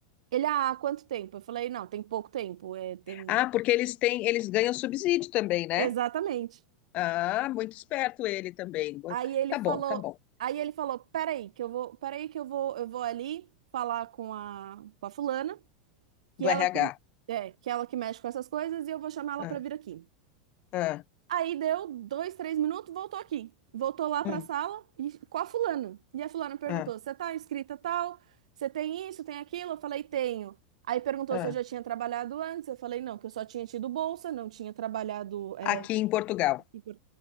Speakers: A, on the right (about 85°); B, on the left (about 40°).
A: Ele, ah, há quanto tempo? Eu falei, não, tem pouco tempo, é, tem...
B: Ah, porque eles têm, eles ganham subsídio também, né?
A: Exatamente.
B: Ah, muito esperto ele também.
A: Aí ele
B: Tá
A: falou,
B: bom, tá bom.
A: aí ele falou, peraí, que eu vou, peraí que eu vou, eu vou ali falar com a, com a fulana, que
B: Do
A: ela
B: RH.
A: que, é, que ela que mexe com essas coisas e eu vou chamar ela
B: Ah,
A: pra vir aqui.
B: ah,
A: Aí deu dois, três minutos, voltou aqui. Voltou lá para
B: hum,
A: a sala e, com a fulana. E a fulana perguntou:
B: ah,
A: Você tá inscrita tal? Você tem isso, tem aquilo? Eu falei: Tenho. Aí perguntou
B: ah.
A: se eu já tinha trabalhado antes. Eu falei: Não, que eu só tinha tido bolsa, não tinha trabalhado. é,
B: Aqui em Portugal.
A: em Por-